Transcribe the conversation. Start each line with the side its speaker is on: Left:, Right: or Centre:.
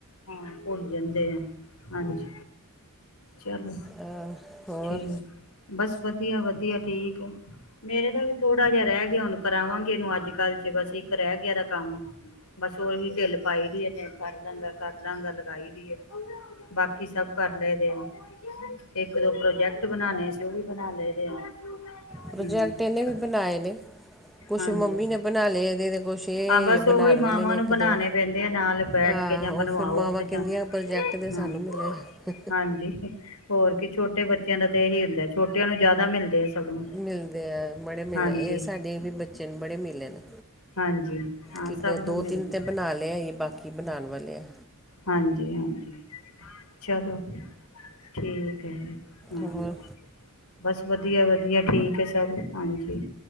Left: ਹਾਂ ਭੁੱਲ ਜਾਂਦੇ ਆ। ਹਾਂਜੀ ਚਲੋ
Centre: ਹਾਂ, ਹੋਰ
Left: ਠੀਕ ਬਸ। ਵਧੀਆ ਵਧੀਆ ਠੀਕ ਹੈ। ਮੇਰੇ ਦਾ ਵੀ ਥੋੜਾ ਜਿਹਾ ਰਹਿ ਗਿਆ, ਹੁਣ ਕਰਾਵਾਂਗੇ ਇਹਨੂੰ ਅੱਜ ਕੱਲ੍ਹ ਚ ਬਸ ਇੱਕ ਰਹਿ ਗਿਆ ਦਾ ਕੰਮ। ਬਸ ਉਓਹੀ ਢਿੱਲ ਪਾਈ ਵੀ ਇਹਨੇ। ਕਰ ਲਾਂਗਾ ਕਰ ਲਾਂਗਾ ਲਗਾਈ ਦੀ ਆ ਬਾਕੀ ਸਭ ਕਰ ਲਏ ਦੇਨ। ਇੱਕ ਦੋ ਪ੍ਰੋਜੈਕਟ ਬਣਾਣੇ ਸੀ ਉਹ ਵੀ ਬਣਾ ਲਏਦੇ ਆ।
Centre: ਪ੍ਰੋਜੈਕਟ
Left: ਹਮ
Centre: ਇਹਨੇ ਵੀ ਬਣਾਏ ਨੇ। ਕੁਛ
Left: ਹਾਂਜੀ
Centre: ਮੰਮੀ ਨੇ ਬਣਾ ਲਏ। ਇਹਦੇ ਤੇ ਕੁਛ ਇਹ
Left: ਹਾਂ ਬਸ ਉਹੀ
Centre: ਬਣਾਉਣ ਵਾਲੇ
Left: ਮਾਵਾਂ
Centre: ਨੇ
Left: ਨੂੰ
Centre: ਇੱਕ
Left: ਬਣਾਣੇ
Centre: ਦੋ।
Left: ਪੈਂਦੇ ਆ ਨਾਲ ਬੈਠ
Centre: ਹਹ!
Left: ਕੇ ਜਾਂ ਬਣਵਾਓ
Centre: ਉਹ ਫਿਰ ਮਾਵਾਂ
Left: ਤੇ
Centre: ਕਿਹਿੰਨੀਆਂ
Left: ਜਾਂ
Centre: ਪ੍ਰੋਜੈਕਟ ਦੇ
Left: ਹਾਂ
Centre: ਸਾਨੂੰ ਮਿਲੇ ਹ!
Left: ਹਾਂਜੀ ਹੋਰ ਕੀ ਛੋਟੇ ਬੱਚਿਆਂ ਦਾ ਤੇ ਇਹੀ ਹੁੰਦਾ ਛੋਟਿਆਂ ਨੂੰ ਜ਼ਿਆਦਾ ਮਿਲਦੇ। ਸਗੋਂ
Centre: ਮਿਲਦੇ ਹੈ। ਬੜੇ ਮਿਲੇ
Left: ਹਾਂਜੀ
Centre: ਇਹ ਸਾਡੇ ਵੀ ਬੱਚੇ ਨੇ ਬੜੇ ਮਿਲੇ ਨੇ।
Left: ਹਾਂਜੀ ਹਾਂ
Centre: ਕਿੰਨੇ
Left: ਸਭ
Centre: ਦੋ
Left: ਨੂੰ ਮਿਲ
Centre: ਤਿੰਨ ਤੇ
Left: ਗ।
Centre: ਬਣਾ ਲਏ ਆ ਇਹ ਬਾਕੀ ਬਣਾਉਣ ਵਾਲੇ ਆ
Left: ਹਾਂਜੀ ਹਾਂਜੀ। ਚਲੋ ਠੀਕ ਹੈ ਜੀ। ਹਮ!
Centre: ਹੋਰ
Left: ਬਸ ਵਧੀਆ ਵਧੀਆ ਠੀਕ ਹੈ ਸਭ ਹਾਂਜੀ।